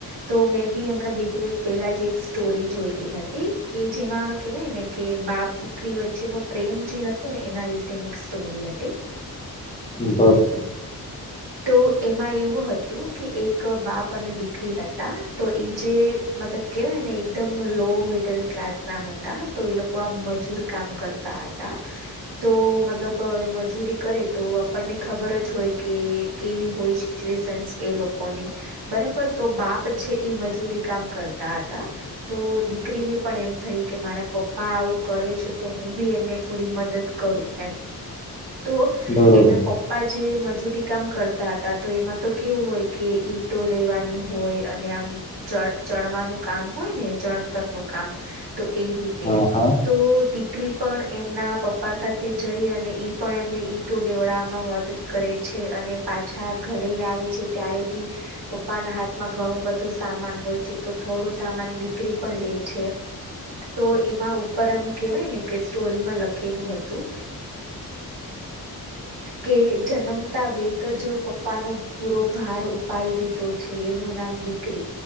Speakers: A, on the right; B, on the left.
A: તો મે બી હમણાં બે દિવસ પહેલા જ એક સ્ટોરી જોયલી હતી કે જેમાં કેવાય ને કે બાપ દીકરી વચ્ચે વચેનો પ્રેમ જે હતો ને એના વિશેની એક સ્ટોરી હતી.
B: બરોબર
A: તો એમાં એવું હતું કે એક બાપ અને દીકરી હતા તો એ જે મતલબ કેહેવાય ને એકદમ લો મિડલ ક્લાસ ના હતા તો એ લોકો આ મજૂર કામ કરતા હતા તો મતલબ હવે મજૂરી કરે તો આપણને ખબર જ હોય કે કેવી હોય સચુએસન એ લોકોની બરાબર તો બાપ છે એ મજૂરી કામ કરતા હતા તો દીકરીને પણ એમ થયું કે મારા પપ્પા આવું કરે છે તો હું બી એને થોડી મદદ કરું એમ તો
B: બરોબર
A: એના પપ્પા એ મજૂરી કામ કરતા હતા તો એમાં તો કેવું હોય કે ઈટો લેવાની હોય અને આમ ચણવાનું કામ હોય ને ચણતરનું કામ તો એ રીતે
B: હા હા
A: તોી દક્રી પણ એમના પપ્પા સાથે જઈ અને એ પણ એમને ઈંટો લેવડવામાં મદદ કરે છે અને પાછા ઘરે આવે છે ત્યારે બી પપ્પાના હાથમાં ઘણો બધો સામાન હોય છે તો થોડો સામાન દીકરી પણ લે છે તો એમાં ઉપરમ કેવાય ને કે સ્ટોરીમાં લખેલું હતું કે જન્મતા વેત જ પપ્પાનો પૂરો ભાર ઉપાડી લીધો છે એનું નામ દીકરી